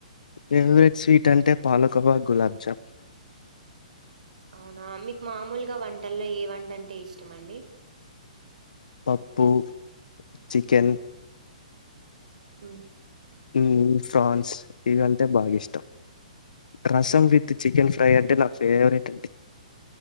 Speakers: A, on the left; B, on the right.
A: ఫేవరెట్ స్వీట్ అంటే పాలకోవా, గులాబ్జామ్
B: అవునా మీకు మామూలుగా వంటల్లో ఏ వంట అంటే ఇష్టం అండి?
A: పప్పూ, చికెన్
B: ఉమ్
A: ఉమ్ ఫ్రాన్స్ ఇగంతే బాగా ఇష్టం రసం విత్ చికెన్ ఫ్రై అంటే నా ఫేవరెట్ అండి